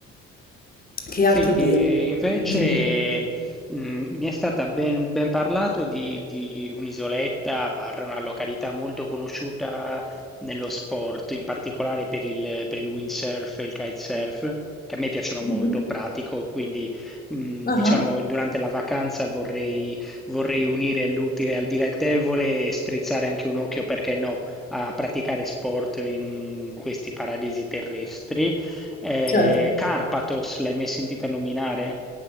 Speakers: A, on the left; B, in the centre.
A: che
B: Senti,
A: altro dire?
B: e invece
A: Dimmi.
B: mh, mi è stata ben, ben parlato di, di un'isoletta, barra una località molto conosciuta nello sport, in particolare per il, per il windsurf e il kitesurf, che a me piacciono
A: Mhm.
B: molto, pratico, quindi mh,
A: Ah,
B: diciamo durante la vacanza vorrei, vorrei unire l'utile al dilettevole e strizzare anche un occhio, perché no, a praticare sport in questi paradisi terrestri. Eh,
A: certo.
B: Carpathos, l'hai mai sentita nominare?